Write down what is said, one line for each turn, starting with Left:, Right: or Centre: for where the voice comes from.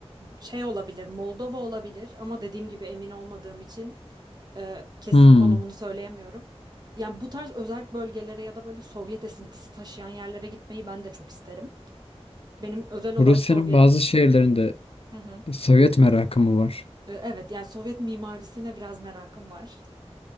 Right: şey olabilir, Moldova olabilir ama dediğim gibi emin olmadığım için eee, kesin
Left: Hmm.
Right: konumunu söyleyemiyorum. Yani bu tarz özerk bölgelere ya da böyle Sovyet esintisi taşıyan yerlere gitmeyi ben de çok isterim. Benim özel olarak
Left: Rusya'nın
Right: Sovyet.
Left: bazı şehirlerinde
Right: Hı hı.
Left: Sovyet merakı mı var?
Right: E, Evet yani Sovyet mimarisine biraz merakım var.